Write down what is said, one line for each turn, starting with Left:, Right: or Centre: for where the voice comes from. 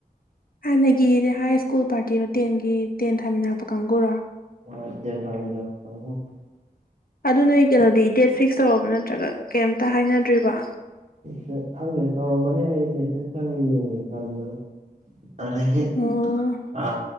Left: ꯍꯥꯟꯅꯒꯤꯗꯤ ꯍꯥꯏ ꯁ꯭ꯀꯨꯜ ꯄꯥꯔꯇꯤꯗꯣ ꯇꯦꯟꯒꯤ ꯇꯦꯟ ꯊꯥꯃꯤꯟꯅꯔꯛꯄ ꯀꯥꯡꯕꯨꯔꯣ
Right: ꯍꯣꯏ ꯊꯔꯃꯤꯂꯪꯒ
Left: ꯑꯗꯨ ꯅꯣꯏ ꯀꯩꯅꯣꯗꯤ ꯗꯦꯠ ꯐꯤꯛꯁ ꯇꯧꯔꯕ ꯅꯠꯇ꯭ꯔꯒ ꯀꯩꯝꯇ ꯍꯥꯏꯅꯗ꯭ꯔꯤꯕ
Right: ꯁꯦ ꯑꯗꯨꯅꯦ ꯇꯧꯔꯝꯕꯅꯤ ꯑꯩ ꯃꯦꯁꯦꯖ ꯆꯪꯉ ꯌꯦꯡꯒꯦ ꯆꯗ ꯑꯗꯒꯤ
Left: ꯎꯝ
Right: ꯑ